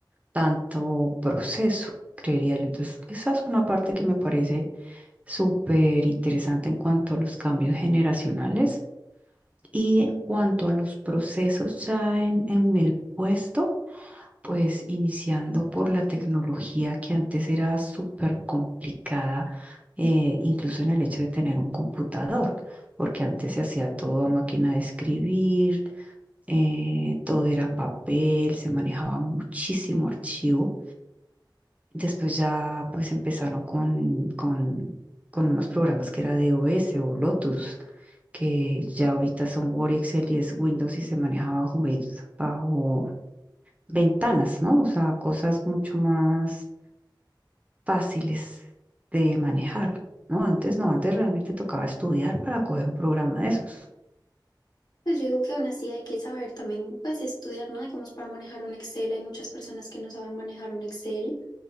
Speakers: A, on the right; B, on the left.
A: tanto proceso, creería yo. Entonces, esa es una parte que me parece súper interesante en cuanto a los cambios generacionales y en cuanto a los procesos ya en en el puesto. Pues iniciando por la tecnología que antes era súper complicada, eh, incluso en el hecho de tener un computador, porque antes se hacía todo a máquina de escribir, eh, todo era papel, se manejaba muchísimo archivo. Después ya pues empezaron con, con, con unos programas que era DOS o Lotus, que ya ahorita son Word y Excel y es Windows y se manejaba bajo, Microsoft- bajo ventanas, ¿no? O sea, cosas mucho más fáciles de manejar, ¿no? Antes no, antes realmente tocaba estudiar para coger un programa de esos.
B: Pues yo digo que aún así hay que saber también, pues estudiar, ¿no? Digamos, para manejar un Excel hay muchas personas que no saben manejar un Excel,